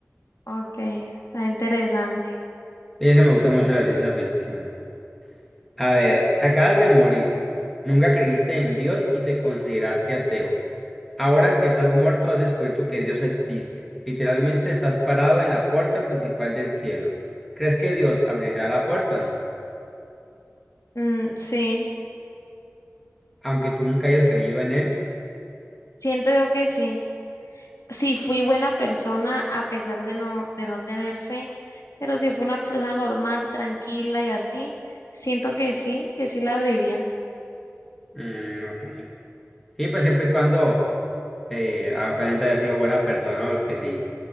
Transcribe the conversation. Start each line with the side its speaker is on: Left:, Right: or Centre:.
Left: Ok, está interesante.
Centre: Y eso me gusta mucho la ciencia ficción. A ver, acabas de morir, nunca creíste en Dios y te consideraste ateo. Ahora que estás muerto, has descubierto que Dios existe. Literalmente estás parado en la puerta principal del cielo. ¿Crees que Dios abrirá la puerta?
Left: Mm, sí,
Centre: Aunque tú nunca hayas creído en él.
Left: siento yo que sí. sí fui buena persona a pesar de no, de no tener fe, pero si fui una persona normal, tranquila y así, siento que sí, que sí la abriría.
Centre: Mm, ok. Sí, pues siempre y cuando eh, a- obviamente haya sido buena persona, porque sí.